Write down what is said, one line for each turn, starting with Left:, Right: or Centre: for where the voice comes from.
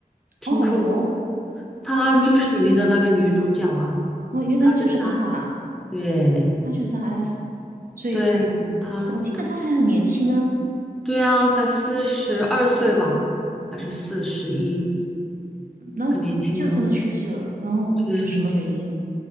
Centre: 听说过，
Right: 哦，有哦，
Centre: 她就是里面的那个女主角啊，
Right: 听说哦，原来就是他啊，
Centre: 她就是大 S 啊。对
Right: 他就是大 S，所以
Centre: 对，她她。
Right: 我记得他还很年轻啊。
Centre: 对呀，才四十二岁吧，还是四十一，
Right: 然后就这么去世了，
Centre: 很年轻呢。
Right: 然后什么原因？
Centre: 对，